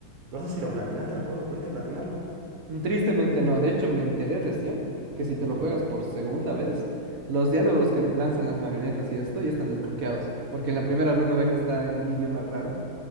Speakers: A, on the right (about 75°); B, on the right (about 55°).
A: no sé si lo platinaste el juego, ¿pudiste platinarlo?
B: Mm, Tristemente no, de hecho me enteré recién que si te lo
A: Mm,
B: juegas por segunda vez, los diálogos que lanzan las marionetas y esto ya están desbloqueados, porque en
A: mm,
B: la primera run uno ve que está en un idioma raro,